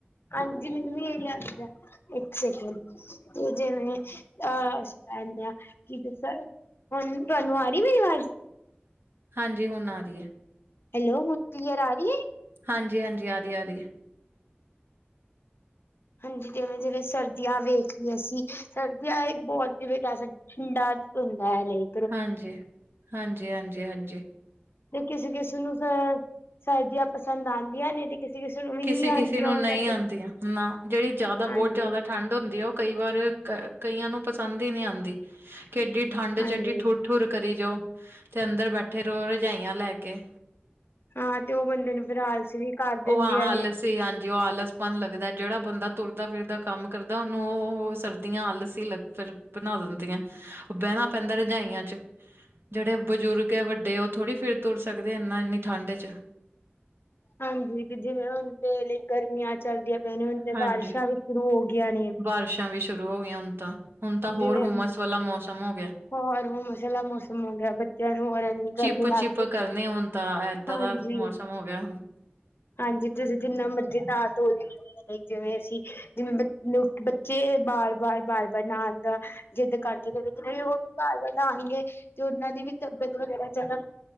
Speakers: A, on the left; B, on the right.
A: ਹਾਂਜੀ ਮੈਨੂੰ ਵੀ ਏ ਈ ਲੱਗਦਾ ਇੱਕ ਸੈਕਿੰਡ। 'ਤੇ ਜਿਵੇਂ ਅਹ ਅਸੀਂ ਕਹਿੰਨੇ ਆ ਕਿ ਤੁਸ ਹੁਣ ਤੁਹਾਨੂੰ ਆ ਰੀ ਮੇਰੀ ਵਾਜ਼?
B: ਹਾਂਜੀ ਹੁਣ ਆ ਰੀ ਐ।
A: ਹੈਲੋ ਹੁਣ ਕਲਿਅਰ ਆ ਰੀ ਏ।
B: ਹਾਂਜੀ-ਹਾਂਜੀ ਆਰੀ-ਆਰੀ ਏ।
A: ਹਾਂਜੀ ਜਿਵੇਂ-ਜਿਵੇਂ ਸਰਦੀਆਂ ਵੇਖ ਲੈ ਅਸੀਂ ਸਰਦੀਆਂ ਏ ਬਹੁ ਜਿਵੇਂ ਕਹਿ ਸਕ ਡਰ 'ਤੇ ਹੁੰਦਾ ਐ ਲਈ।
B: ਹਾਂਜੀ, ਹਾਂਜੀ-ਹਾਂਜੀ-ਹਾਂਜੀ।
A: 'ਤੇ ਕਿਸੇ-ਕਿਸੇ ਨੂੰ ਫੇਰ ਸਰਦੀਆਂ ਪਸੰਦ ਆਂਦੀਆਂ ਨੇ 'ਤੇ ਕਿਸੇ ਕਿਸੇ ਨੂੰ ਵੀ
B: ਕਿਸੇ-ਕਿਸੇ
A: ਨਹੀਂ ਆਉਂਦੀਆਂ
B: ਨੂੰ
A: ਉਹ
B: ਨਈ
A: ਕਹਿੰਦੇ
B: ਆਂਦੀਆਂ
A: ਨੇ
B: ਨਾ ਜਿਹੜੀ ਜਿਆਦਾ
A: ਹਾਂਜੀ
B: ਬੋ ਜਿਆਦਾ ਠੰਡ ਹੁੰਦੀ ਆ ਓ ਕਈ ਵਾਰ ਕ ਕਈਆਂ ਨੂੰ ਪਸੰਦ ਈ ਨੀ ਆਂਦੀ ਕਿ ਐਡੀ ਠੰਡ
A: ਹਾਂਜੀ
B: 'ਚ ਐਡੀ ਠੁ ਰ ਕਰੀ ਜਾਓ 'ਤੇ ਅੰਦਰ ਬੈਠੇ ਰੋ ਰਜਾਈਆਂ ਲੈ ਕੇ।
A: ਹਾਂ 'ਤੇ ਓ ਬੰਦੇ ਨੂੰ ਫੇਰ ਆਲਸ ਵੀ ਕਰ ਦਿੰਦੀਆਂ
B: ਹੋ ਆ
A: ਨੇ
B: ਆਲਸ 'ਤੇ ਹਾਂਜੀ ਓ ਆਲਸਪਣ ਲੱਗਦਾ ਜਿਹੜਾ ਬੰਦਾ ਤੁਰਦਾ ਫਿਰਦਾ ਕੰਮ ਕਰਦਾ ਉਨੂੰ ਉਹ ਸਰਦੀਆਂ ਆਲਸ ਈ ਲੱਗ ਫੇਰ ਬਣਾ ਦਿੰਦੀਆਂ ਓ ਬਹਿਣਾ ਪੈਂਦਾ ਰਜਾਈਆਂ 'ਚ। ਜਿਹੜੇ ਬਜ਼ੁਰਗ ਐ ਵੱਡੇ ਓ ਥੋੜੀ ਫਿਰ ਤੁਰ ਸਕਦੇ ਏਨਾ ਏਨੀ ਠੰਡ 'ਚ।
A: ਹਾਂਜੀ ਜਿਵੇਂ ਹੁਣ 'ਤੇ ਲਈ ਗਰਮੀਆਂ ਚੱਲਦੀਆਂ ਪਈਆਂ ਨੇ ਹੁਣ 'ਤੇ
B: ਹਾਂਜੀ
A: ਬਾਰਿਸ਼ਾਂ ਵੀ ਸ਼ੁਰੂ ਹੋ ਗਈਆਂ ਨੇ।
B: ਬਾਰਿਸ਼ਾਂ ਵੀ ਸ਼ੁਰੂ ਹੋ ਗਈਆਂ ਹੁਣ ਤਾਂ ਹੁਣ ਤਾਂ
A: ਜਿਵੇਂ
B: ਹੋਰ ਹੁਮਸ ਵਾਲਾ ਮੌਸਮ ਹੋ ਗਿਆ।
A: ਹੋਰ ਹੁਮਸ ਆਲਾ ਮੌਸਮ ਹੋ ਗਿਆ ਬੱਚਿਆਂ ਨੂੰ ਹੋਰ ਐਨੀ ਗਰਮੀ
B: ਚਿਪ-ਚਿਪ
A: ਲੱਗਦੀ।
B: ਕਰਨੇ ਹੁਣ ਤਾਂ ਏਦਾਂ
A: ਹਾਂਜੀ
B: ਦਾ ਮੌਸਮ ਹੋ ਗਿਆ ਹੁਣ।
A: ਹਾਂਜੀ ਤੁਸੀਂ ਜਿੰਨਾ ਮਰਜ਼ੀ ਨਾ ਧੋ ਲਈ ਜਿਵੇਂ ਅਸੀਂ ਜਿਵੇਂ ਬ ਲੋ ਬੱ ਜੇ ਬਾਰ-ਬਾਰ-ਬਾਰ-ਬਾਰ ਨਾਣ ਦਾ ਜਿੱਦ ਕਰਦੇ ਵੇ ਵਿਚ ਏ ਵੀ ਓ ਬਾਰ-ਬਾਰ ਨਾਣਗੇ 'ਤੇ ਉਨਾਂ ਦੀ ਵੀ ਤਬੀਅਤ ਵਗੈਰਾ ਜਿਆਦਾ